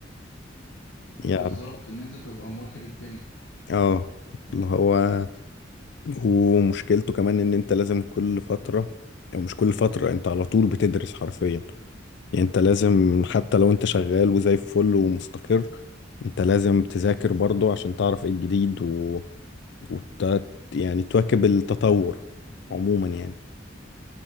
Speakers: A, on the left (about 80°); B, on the left (about 65°).
A: بالظبط
B: يعني
A: إن انت تبقى مواكب الدنيا
B: اه اللي هو ومشكلته كمان ان انت لازم كل فتره او مش كل فتره انت على طول بتدرس حرفيا يعني انت لازم حتى لو انت شغال وزي الفل ومستقر انت لازم تذاكر برضه عشان تعرف ايه الجديد و... وت... يعني تواكب التطور عموما يعني